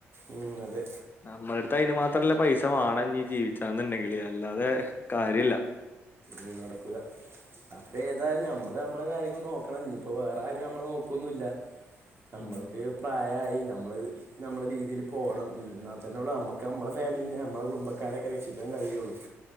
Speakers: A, on the right (about 40°); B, on the left (about 30°).
A: ഉം അതെ
B: നമ്മുടെ അടുത്ത് അതിന് മാത്രല്ല പൈസ വേണംനീ ജീവിച്ചാന്നുണ്ടെങ്കില് അല്ലാതെ കാര്യല്ല
A: ഉം നടക്കൂല അപ്പെ ഏതായാലും നമ്മള് നമ്മളെ കാര്യങ്ങള് നോക്കണം ഇനി ഇപ്പോ വേറെ ആരും നമ്മളെ നോ ക്കൊന്നില്ല നമ്മളൊക്കെ
B: ഉം
A: പ്രായായി നമ്മള് നമ്മളെ രീതിയിൽ പോണം എന്നാൽത്തന്നെ ഉള്ളൂ നമുക്ക് നമ്മുടെ ഫാമിലീനെ നമ്മുടെ കുടുംബക്കാരൊക്കെ രക്ഷിക്കാൻ കഴിയുള്ളൂ